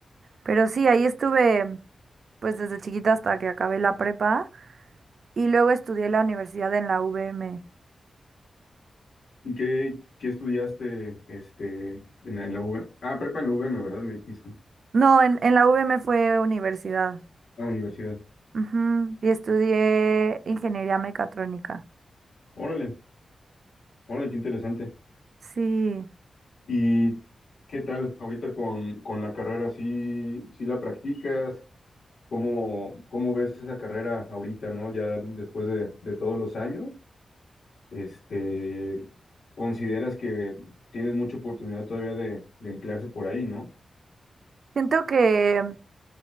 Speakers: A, on the right; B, on the left.
A: Pero sí, ahí estuve pues desde chiquita hasta que acabé la prepa y luego estudié la universidad en la UVM.
B: ¿Y qué, qué estudiaste este, en la, en la UV? Ah, prepa en la UVM, ¿verdad? Me dijiste.
A: No, en, en la UVM fue universidad.
B: Ah, universidad.
A: Ujú, Y estudié ingeniería mecatrónica.
B: Órale, órale, qué interesante.
A: Sí,
B: ¿Y qué tal ahorita con, con la carrera? ¿Sí, sí la practicas? ¿Cómo, cómo ves esa carrera ahorita, no? Ya después de, de todos los años, este, consideras que tienes mucha oportunidad todavía de, de emplearse por ahí, ¿no?
A: siento que